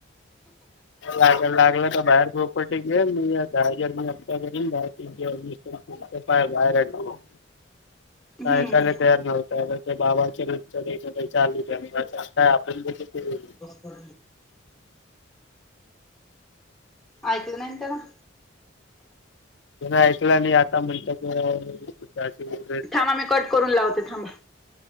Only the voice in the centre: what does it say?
हम्म
पर ऐकल नाय ना तेन
थांमा मी कट करून लावते.. थांबा..